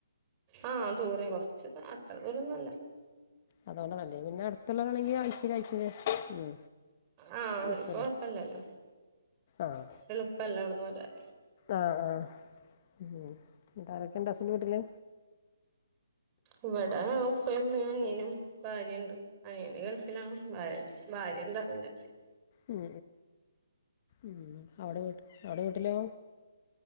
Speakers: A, on the right; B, on the left.
A: ആഹ് ദൂരെ കൊറച്ച് അത്ര ദൂരൊന്നല്ല.
B: അതുകൊണ്ടാണല് പിന്നെ അടുത്തുള്ളതാണെങ്കില് ആഴ്ചേല് അഴ്ചേല് ഉം
A: ആഹ് അവര്ക്ക്
B: നിക്കല്ലോ
A: കൊഴപ്പില്ലല്ലോ.
B: ആഹ്
A: എളുപ്പല്ല അവട്ന്ന് വരാൻ.
B: ആഹ് ആഹ്. എന്ത ആരൊക്കെണ്ട് അസ്ന്റെ വീട്ടില്?
A: ഇവടെ ഉപ്പേം ഉമ്മേം അനിയനും ഭാര്യേണ്ട്. അനിയന് ഗൾഫിലാണ് ഭാര്യ ഭാര്യണ്ടവന്റെ.
B: ഉം ഉം അവടെ വീട്ടി അവടെ വീട്ടിലോ?